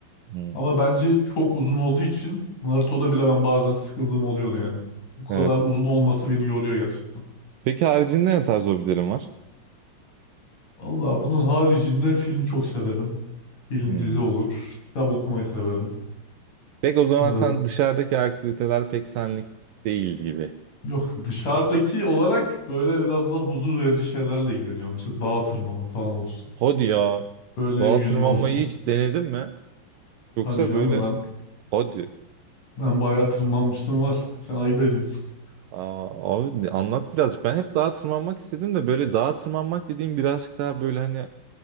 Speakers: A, on the right; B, on the left.
A: hmm.
B: Ama bence çok uzun olduğu için Naruto'da bile ben bazen sıkıldığım oluyordu yani. Bu
A: Evet.
B: kadar uzun olması beni yoruyor gerçekten.
A: Peki haricinde ne tarz hobilerin var?
B: Allah bunun haricinde film çok severim. Film
A: Hmm.
B: dizi olur. Kitap okumayı severim.
A: Pek o zaman
B: Ee,
A: sen dışarıdaki aktiviteler pek senlik değil gibi.
B: yok <laughs> dışarıdaki olarak böyle biraz daha huzur verici şeylerle ilgileniyorum. Mesela dağ tırmanma falan olsun.
A: Hadi ya.
B: Böyle
A: Dağa
B: yüzme
A: tırmanmayı
B: olsun.
A: hiç denedin mi? Yoksa
B: Tabii canım
A: böyle
B: ben
A: hadi.
B: ben bayağı tırmanmıştım var. Sen ayıp ediyorsun.
A: Aa, abi anlat birazcık. Ben hep dağa tırmanmak istedim de böyle dağa tırmanmak dediğim birazcık daha böyle hani